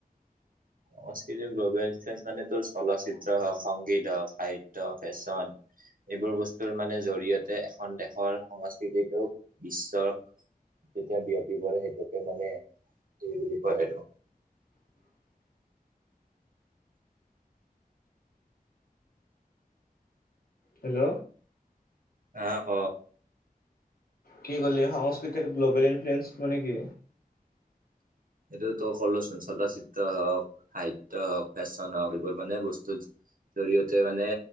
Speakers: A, on the right; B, on the left.
A: সংস্কৃতিৰ গ্ল'বেল ইনফ্লয়েন্ঞ্চ মানে তোৰ চলচিত্ৰ হওঁক, সংগীত হওঁক, সাহিত্য ফেশ্বন। এইবোৰ বস্তুৰ মানে জৰিয়তে এখন দেশৰ সংস্কৃতিটোক বিশ্বৰ যেতিয়া বিয়পি পৰে, সেইটোকে মানে এই বুলি কয় সেইটো।
B: <inaudible> হেল্ল'।
A: অ', ক?
B: কি কলি সংস্কৃতিৰ গ্ল'বেল ইনফ্লুয়েন্স মানে কি?
A: এইটোতো কলোচোন, চলচিত্ৰ হওঁক, সাহিত্য হওঁক, ফেশ্বন হওক এইবোৰ মানে বস্তু। জৰিয়তে মানে